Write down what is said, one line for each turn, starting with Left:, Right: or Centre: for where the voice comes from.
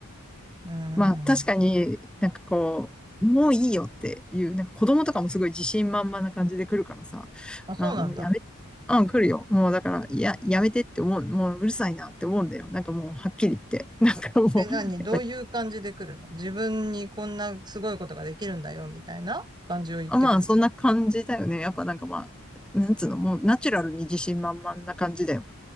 Right: うーん。
Centre: まあ確かになんかこう、もういいよっていう、なんか子供とかもすごい自信満々な感じで来るからさ、
Right: あ、そうなんだ。
Centre: あ、もうやめ、うん、来るよ。もうだから、いや、やめてって思う、もううるさいなって思うんだよ。なんかもうはっきり言って。なんかもう、
Right: え、何どういう感じで来るの自分にこんなすごいことができるんだよ、
Centre: やっぱ
Right: みたいな感じを言ってくるってこ
Centre: あ、まあ、そんな感じだよね。やっぱなんかまあ、なんつうの、もうナチュラルに自信満々な感じだよ。